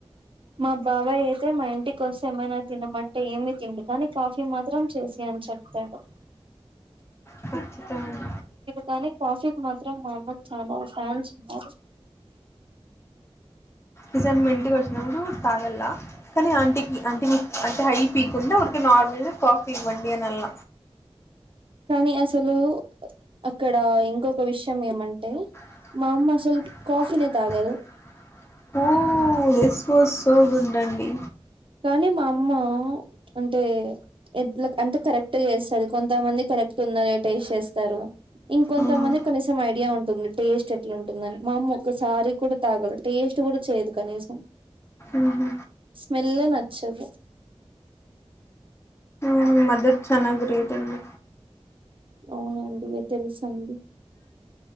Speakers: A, on the right; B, on the left.
A: మా బాబాయ్ అయితే మా ఇంటి వస్తె ఏమైనా తినమంటే ఏమి తిండు కానీ కాఫీ మాత్రం చేసి యన్ చెప్తాడు
B: ఖచ్చితంగ
A: కాని కాఫీక్ మాత్రం మా అమ్మక్ చాలా ఫ్యాన్స్ ఉన్నారు
B: ఈ సారి మీ ఇంటికి వచ్చినప్పుడు తాగల్లా కానీ ఆంటీకి ఆంటి మి అంటే హై పీకుండా ఊరికెనె నార్మల్ గ కాఫీ ఇవ్వండి అనాల్ల
A: కానీ అసలూ అక్కడ ఇంకొక విషయం ఏమంటే
B: <inaudible>
A: మా అమ్మ అసలు కాఫీనే తాగదు
B: ఓ థిస్ వాస్ సో గుడ్ అండి
A: కానీ మా అమ్మా అంటే ఎట్ల అంత కరెక్ట్ గ ఏస్తది కొంతమంది కరెక్ట్ తున్నగ టేస్ చేస్తారు ఇంకొంతమంది
B: మ్మ్
A: కనీసం ఐడియా ఉంటుంది, టేస్ట్ ఎట్ల ఉంటుందని మా అమ్మ ఒక్కసారి కూడ తాగలె టేస్. టు గూడ చేయదు కనీసం
B: ఊహు
A: మెల్లె నచ్చదు
B: మి మదర్ చానా గ్రేట్ అండి
A: అవునండి ఇగ తెలుసండి